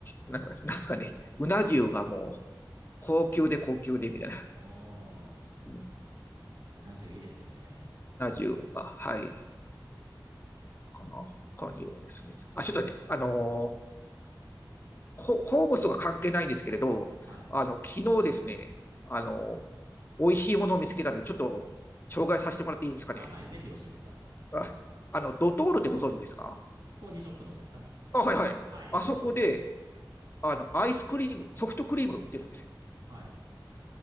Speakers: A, on the left (about 30°); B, on the right (about 65°).
A: なんすか、なんすかね、うな重がもう、高級で高級で、みたいな。
B: おー
A: うんう
B: うな重いいですよね。
A: な重が、はい。かな。他にはですね。あ、ちょっとね、あのー、こ物とか関係ないんですけれど、
B: はい。
A: あの、昨日ですね、あの美味しいものを見つけたんで、ちょっと紹介させてもらっていいですかね。
B: あ、はい。ぜひ教えてください。
A: あ、あの、ドトールってご存知ですか
B: コーヒーショップのですか
A: あ、はいはい。
B: はい。
A: あそこで、
B: 知っています。
A: あの、アイスクリーム、ソフトクリームが売ってるんですよ。
B: はい。